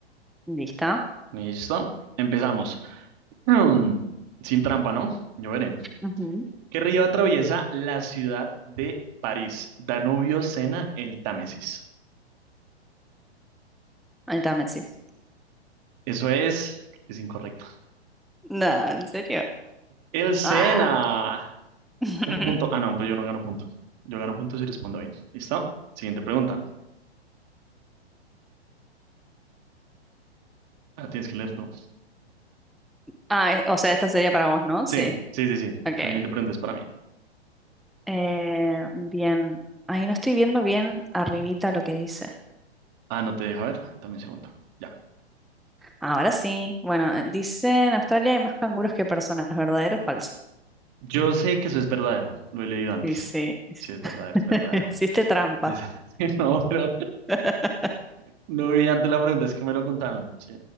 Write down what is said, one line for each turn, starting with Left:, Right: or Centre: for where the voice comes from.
Centre: ¿Lista?
Right: Listo. Empezamos. <clears throat> Mm, sin trampa, ¿no? Yo veré.
Centre: Ujú.
Right: ¿Qué río atraviesa la ciudad de París? Danubio, Sena, el Támesis.
Centre: Ahí está, me decís.
Right: Eso es, creo que es incorrecto.
Centre: No, ¿en serio?
Right: El Sena.
Centre: Ah. <laughs>
Right: Un punto. Ah, no, pues yo no gano punto. Yo gano punto si respondo bien. ¿Listo? Siguiente pregunta. Ah, tienes que leer tú.
Centre: Ah, eh, o sea, esta sería para vos, ¿no?
Right: Sí,
Centre: Sí.
Right: sí, sí, sí.
Centre: Ok.
Right: La siguiente pregunta es para mí.
Centre: Eh, bien. Ahí no estoy viendo bien arribita lo que dice.
Right: Ah, no te deja ver. Dame un segundo. Ya.
Centre: Ahora sí. Bueno, eh, dice en Australia hay más canguros que personas, ¿verdadero o falso?
Right: Yo sé que eso es verdadero. Lo he leído antes.
Centre: Y sí,
Right: Sí, es verdadero,
Centre: <laughs>
Right: es verdadero.
Centre: hiciste trampa.
Right: Es- <laughs> No, pero
Centre: <laughs>
Right: no vi antes la pregunta. Es que me lo contaron. Sí,